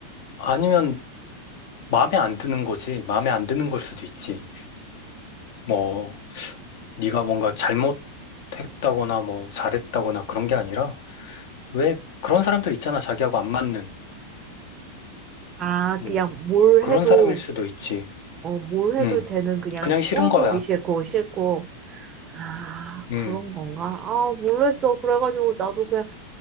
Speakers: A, on the left; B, on the right.
A: 아니면 마음에 안 드는 거지. 마음에 안 드는 걸 수도 있지. 뭐 네가 뭔가 잘못했다거나 뭐 잘했다거나 그런 게 아니라 왜 그런 사람들 있잖아. 자기하고 안 맞는.
B: 아,
A: 음.
B: 그냥 뭘
A: 그런
B: 해도,
A: 사람일 수도 있지.
B: 어, 뭘 해도
A: 음.
B: 쟤는 그냥
A: 그냥 싫은
B: 꼴
A: 거야.
B: 보기 싫고, 싫고. 아,
A: 음.
B: 그런 건가? 아, 모르겠어. 그래가지고 나도 그냥